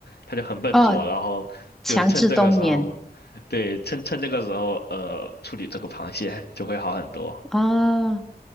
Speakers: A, on the left (about 75°); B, in the centre.
A: 它就很笨拙，
B: 哦，
A: 然后就趁这个时候，
B: 强制冬眠
A: 对，趁趁这个时候呃处理这个螃蟹就会好很多。
B: 啊。